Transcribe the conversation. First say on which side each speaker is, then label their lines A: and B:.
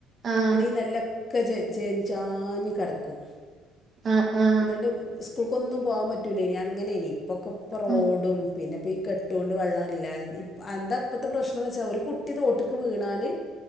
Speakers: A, on the right; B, on the left.
A: ആഹ്
B: ണി നെല്ല് ക്കൊ ചേ രി ചാഞ്ഞു കിടക്കും
A: ആ ആ ആ
B: എന്നിട്ട് സ്കൂൾക്കൊന്നും പോകാൻ പറ്റില്ല ഇനി അങ്ങനെ ഇനി പപ്പൊക്കെ ഇപ്പ റോഡും
A: ഉം
B: പിന്നെ ഇപ്പം ഈ കെട്ട്കൊണ്ട് വെള്ളം ഇല്ല എന്താ ഇപ്പഴത്തെ പ്രശ്നംന്ന് വെച്ചാൽ ഒരു കുട്ടി തോട്ടക്ക് വീണാല്